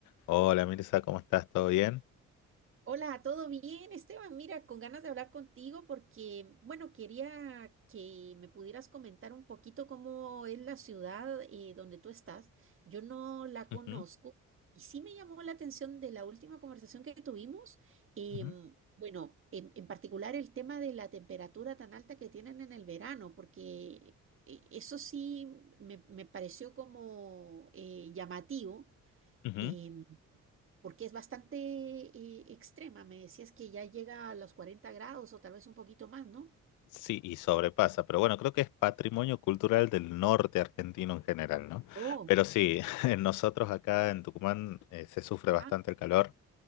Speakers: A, on the left; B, on the right.
A: Hola Mirza, ¿cómo estás? ¿Todo bien?
B: Hola, ¿todo bien, Esteban? Mira, con ganas de hablar contigo porque, bueno, quería que me pudieras comentar un poquito cómo es la ciudad eh, donde tú estás. Yo no la conozco
A: Ujú,
B: y sí me llamó la atención de la última conversación que tuvimos. em,
A: ujú,
B: bueno, en, en particular el tema de la temperatura tan alta que tienen en el verano, porque eh, eso sí me, me pareció como eh, llamativo.
A: ujú.
B: em, porque es bastante eh, extrema. Me decías que ya llega a los 40 grados o tal vez un poquito más, ¿no?
A: Sí, y sobrepasa, pero bueno, creo que es patrimonio cultural del norte argentino en general, ¿no?
B: Oh,
A: Pero sí, <laughs> nosotros acá en Tucumán eh, se sufre bastante
B: ah,
A: el calor.